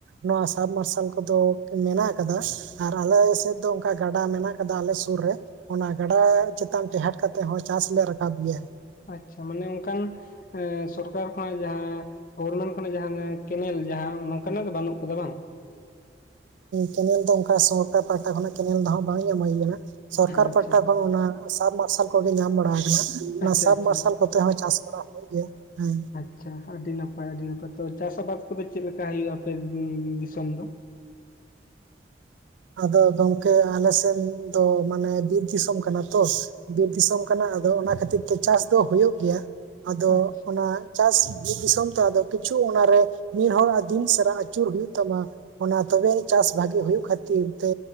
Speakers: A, on the right; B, on the left.
A: ᱱᱚᱣᱟ ᱥᱟᱵᱢᱟᱨᱥᱟᱞ ᱠᱚᱫᱚ ᱢᱮᱱᱟᱜ ᱟᱠᱟᱫᱟ ᱟᱨ ᱟᱞᱮ ᱥᱮᱫ ᱫᱚ ᱚᱱᱠᱟ ᱜᱟᱰᱟ ᱢᱮᱱᱟᱜ ᱠᱟᱫᱟ ᱟᱞᱮ ᱥᱩᱨ ᱨᱮ ᱚᱱᱟ ᱜᱟᱰᱟ ᱪᱮᱛᱟᱱ ᱴᱮᱦᱟᱴ ᱠᱟᱛᱮ ᱦᱚᱸ ᱪᱟᱥ ᱞᱮ ᱨᱟᱠᱟᱵ ᱜᱮᱭᱟ
B: ᱟᱪᱪᱷᱟ ᱢᱟᱱᱮ ᱚᱱᱠᱟᱱ ᱥᱚᱨᱠᱟᱨ ᱠᱷᱚᱱᱟᱜ ᱡᱟᱦᱟᱸ ᱜᱚᱵᱷᱚᱨᱢᱮᱱᱴ ᱠᱷᱚᱱᱟᱜ ᱡᱟᱦᱟᱸ ᱠᱮᱱᱮᱞ ᱡᱟᱦᱟᱸ ᱱᱚᱝᱠᱟᱱᱟᱜ ᱫᱚ ᱵᱟᱹᱱᱩᱜ ᱠᱟᱫᱟ ᱵᱟᱝ?
A: ᱠᱮᱱᱮᱞ ᱫᱚ ᱚᱱᱠᱟ ᱥᱚᱨᱠᱟᱨ ᱯᱟᱦᱟᱴᱟ ᱠᱷᱚᱱᱟᱜ ᱠᱮᱱᱮᱞ ᱫᱚ ᱵᱟᱝ ᱧᱟᱢ ᱦᱩᱭ ᱠᱟᱱᱟ᱾ ᱥᱚᱨᱠᱟᱨ
B: ᱟᱪᱪᱷᱟ
A: ᱯᱟᱦᱴᱟ ᱠᱷᱚᱱ ᱚᱱᱟ ᱥᱟᱵᱢᱟᱨᱥᱟᱞ ᱠᱚᱜᱮ ᱧᱟᱢ ᱵᱟᱲᱟ ᱟᱠᱟᱱᱟ᱾ ᱚᱱᱟ
B: ᱟᱪᱪᱷᱟ
A: ᱥᱟᱵ
B: ᱟᱪᱪᱷᱟ
A: ᱢᱟᱨᱟᱨᱥᱟᱞ ᱠᱚᱛᱮ ᱦᱚᱸ ᱪᱟᱥ ᱵᱟᱲᱟ ᱦᱩᱭᱩᱜ ᱜᱮᱭᱟ ᱦᱮᱸ᱾
B: ᱟᱪᱪᱷᱟ ᱟᱹᱰᱤ ᱱᱟᱯᱟᱭ ᱟᱹᱰᱤ ᱱᱟᱯᱟᱭ ᱛᱚ ᱪᱟᱥ ᱟᱵᱟᱫᱽ ᱠᱚᱫᱚ ᱪᱮᱫ ᱞᱮᱠᱟ ᱦᱩᱭᱩᱜᱼᱟ ᱟᱯᱮ ᱫᱤᱥᱚᱢ ᱫᱚ?
A: ᱟᱫᱚ ᱜᱚᱝᱠᱮ ᱟᱞᱮ ᱥᱮᱱ ᱛᱚ ᱢᱟᱱᱮ ᱵᱤᱨ ᱫᱤᱥᱚᱢ ᱠᱟᱱᱟ ᱛᱚ ᱵᱤᱨ ᱫᱤᱥᱚᱢ ᱠᱟᱱᱟ᱾ ᱟᱫᱚ ᱚᱱᱟ ᱠᱷᱟᱹᱛᱤᱨ ᱛᱮ ᱪᱟᱥ ᱫᱚ ᱦᱩᱭᱩᱜ ᱜᱮᱭᱟ᱾ ᱟᱫᱚ
B: ᱟᱪᱪᱷᱟ
A: ᱚᱱᱟ ᱪᱟᱥ ᱫᱤᱥᱚᱢ ᱛᱮ ᱟᱫᱚ ᱠᱤᱪᱷᱩ ᱚᱱᱟᱨᱮ ᱢᱤᱫᱦᱚᱲ ᱟᱨ ᱫᱤᱱ ᱥᱟᱨᱟ ᱟᱹᱪᱩᱨ ᱦᱩᱭᱩᱜ ᱛᱟᱢᱟ᱾ ᱚᱱᱟ ᱛᱚᱵᱮ ᱪᱟᱥ ᱵᱷᱟᱹᱜᱤ ᱦᱩᱭᱩᱜ ᱠᱷᱟᱹᱛᱤᱨ ᱛᱮ